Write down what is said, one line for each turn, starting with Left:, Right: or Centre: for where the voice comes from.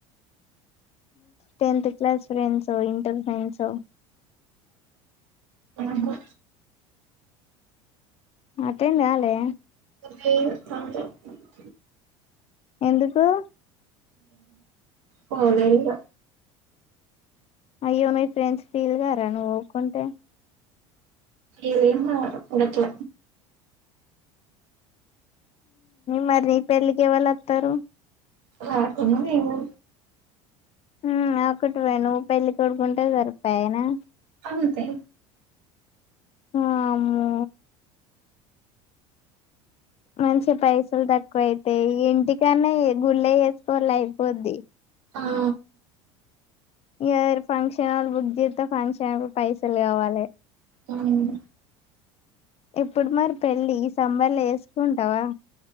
Left: టెన్త్ క్లాస్ ఫ్రెండ్సో ఇంటర్ ఫ్రెండ్సో
Right: ఆహా
Left: అటెండ్ కాలే
Right: <unintelligible>
Left: ఎందుకు
Right: పోలేదిక
Left: అయ్యో మీ ఫ్రెండ్స్ ఫీల్గారా నువ్ పోకుంటే
Right: ఎలేం కారు గట్ల
Left: మరి నీ పెళ్ళకి ఎవళ్ళొత్తారు
Right: రాకున్నునేమో
Left: మ్ ఒకటివే నువ్వు పెళ్లి కొడుకుంటే సరిపోయనా
Right: అంతే
Left: వామ్మో మంచిగ పైసల్ తక్కువైతయి ఇగ ఇంటికనే గుళ్ళె చేసుకోండి అయిపోద్ది
Right: ఆ
Left: ఈ ఏరు ఫంక్షన్ హాల్ బుక్ చేస్తే ఫంక్షన్ పైసలు కావాలి
Right: ఉమ్
Left: ఇప్పుడు మరి పెళ్ళి ఈ సమ్మర్ల చేస్కుంటావా